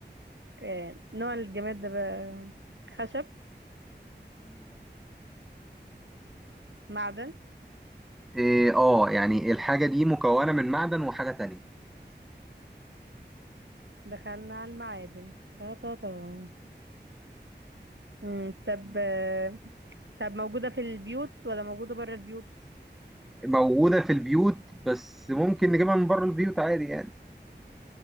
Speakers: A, on the right; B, in the centre.
A: آه، نوع الجماد ده بقى خشب معدن
B: إيه، اه يعني الحاجة دي مكونة من معدن وحاجة تانية
A: دخلنا على المعادن تا تا تا. مم، طب آه، طب موجودة في البيوت ولا موجودة بره البيوت
B: موجودة في البيوت بس ممكن نجيبها من بره البيوت عادي يعني